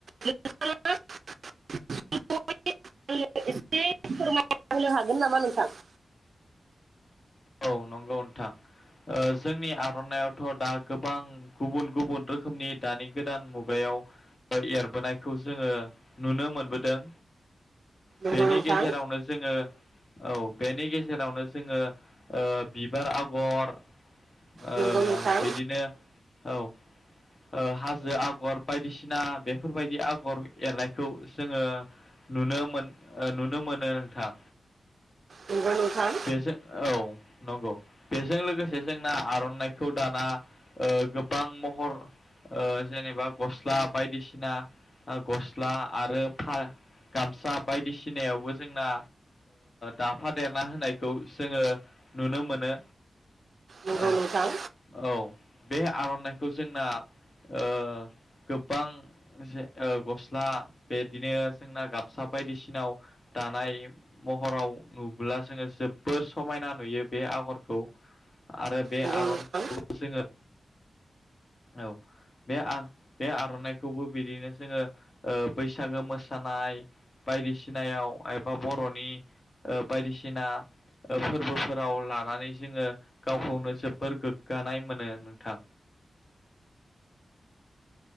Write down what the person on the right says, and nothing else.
नोंथाङा <unintelligible> एसे फोरमाय होनो हागोन नामा नोंथां?
नंगौ
नोंथां
नंगौ नोंथां
नंगौ नोंथां
नंगौ
नोंथां
नंगौ
नोंथां